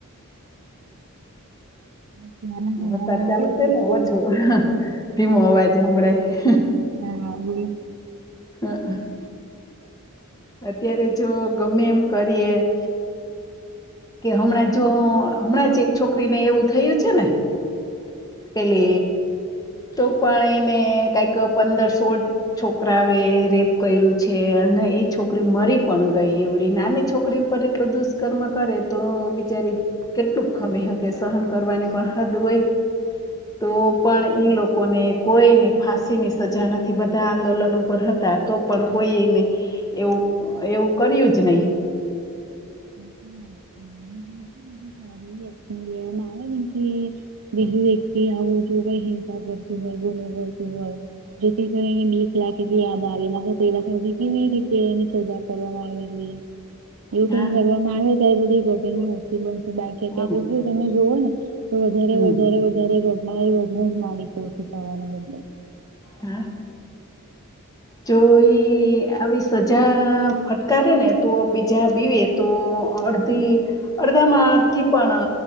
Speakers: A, on the right; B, on the left.
A: જમગ.
B: વરસાદ ચાલુ છે ને ઓછું ધીમો અવાજ હમળાય
A: હા હા બ <inaudible>
B: હ <inaudible> અત્યારે જો ગમે એમ કરીએ <inaudible> કે હમણાં જો હમણાં જ એક છોકરી ને એવું થયું છે ને. એટલે તો પણ એને કંઈક પંદર સોળ. છોકરા એ રેપ કર્યું છે અને એક. છોકરી મરી પણ ગઈ એવડી નાની છોકરી ઉપર એટલો દુષ્કર્મ કરે તો બિચારી. કેટલું ખમી હકે સહન કરવાની પણ હદ હોય. તો
A: હા
B: પણ
A: સાચી
B: ઈ
A: વાત
B: લોકોને.
A: છે
B: કોઈને ફાંસીની સજા નથી બધા આંદોલન ઉપર હતા તો પણ કોઈ એને. એવું એવું કર્યું જ નહીં.
A: આવે. બીજું વ્યક્તિ આવું જો કઈ હિંસા કરતું હોય ગુનો કરતું હોય. જેથી કોઈ ક લાગે કે યાદ આવે નાખે પેલાી કેવી રીતે એની સજા કરવામાં આવેલી. એવું
B: હા
A: કઈ કરવામાં આવે તો એ બધી ઘોટે ન હો. બાકી
B: હમ
A: અ તો સમય તમે જોવો ને તો વધારે
B: હમ
A: વધારે બરે ઘઢના <unintelligible> છે સવાલ મને.
B: હા. જો એઈ આવી સજા ફટકારે ને તો બીજા બીવે તો અડધી અડધામાં થી પણ